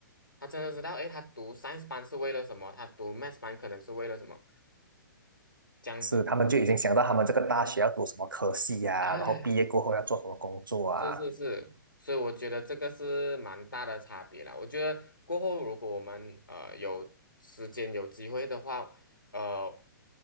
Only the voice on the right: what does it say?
是，他们就已经想到他们这个大学要读什么科系呀、
然后毕业过后要做什么工作啊。